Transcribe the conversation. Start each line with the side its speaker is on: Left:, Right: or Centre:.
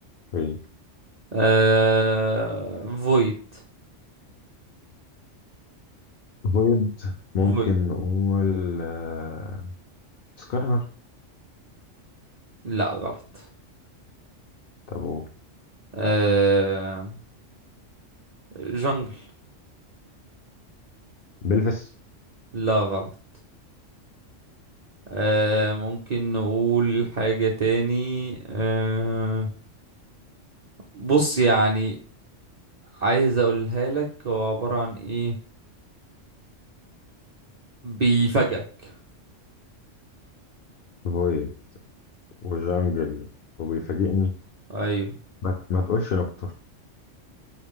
Left: طيب
Right: آه... فويد
Left: فويد
Right: فويد
Left: ممكن نقول آه، سكارنر
Right: لا غلط
Left: طب قول
Right: آه... جنجل
Left: بلفس
Right: لا غلط آه... ممكن نقول حاجة تاني آه... بص يعني عايز اقولها لك هو عبارة عن ايه بيفاجئك
Left: فويد وجانجل وبيفاجئني
Right: ايوه
Left: ما, ت- ما تقولش نكتر